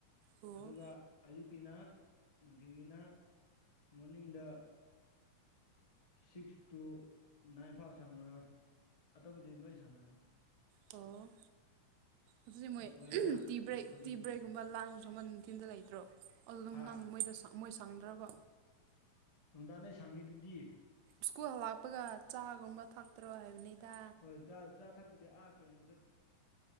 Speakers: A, on the right (about 75°); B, on the left (about 45°).
A: ꯑꯣ
B: ꯑꯗꯨꯒ ꯑꯌꯨꯛꯀꯤꯅ ꯅꯨꯡꯊꯤꯟꯒꯤꯅ ꯃꯣꯔꯅꯤꯡꯗ ꯁꯤꯛꯁ ꯇꯨ ꯅꯥꯏꯟ ꯐꯥꯎ ꯁꯪꯉꯔꯣꯏ ꯑꯇꯣꯞꯄꯗꯤ ꯂꯣꯏ ꯁꯪꯉꯦ
A: ꯇꯣ ꯑꯗꯨꯗꯤ ꯃꯣꯏ
B: ꯗꯁ ꯋꯥꯏ ꯅꯥ ꯑꯥꯏ
A: ꯇꯤ ꯕ꯭ꯔꯦꯛ
B: ꯑꯦꯝ ꯀꯣꯂꯤꯡ
A: ꯇꯤ ꯕ꯭ꯔꯦꯛꯀꯨꯝꯕ
B: ꯌꯨ
A: ꯂꯥꯡꯉꯀꯨꯝꯕ ꯅꯨꯡꯊꯤꯟꯗ ꯂꯩꯇ꯭ꯔꯣ ꯑꯗꯨ ꯑꯗꯨꯝ
B: ꯍꯥ
A: ꯅꯪ ꯃꯣꯏꯗ ꯃꯣꯏ ꯁꯪꯗ꯭ꯔꯕ
B: ꯅꯨꯡꯗꯥꯡꯅ ꯁꯪꯪꯉꯤꯗꯨꯗꯤ
A: ꯁ꯭ꯀꯨꯜꯂꯥꯛꯄꯒ ꯆꯥꯒꯨꯝꯕ ꯊꯥꯛꯇꯔꯣ ꯍꯥꯏꯕꯅꯤꯗ
B: ꯍꯣꯏ ꯆꯥ ꯆꯥ ꯊꯛꯄꯗꯤ ꯑꯥ ꯀꯩꯅꯣꯗ